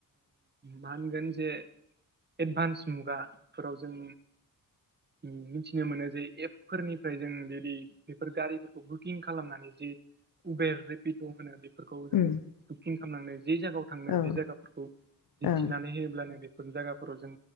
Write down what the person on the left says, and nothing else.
उम
औ
ओं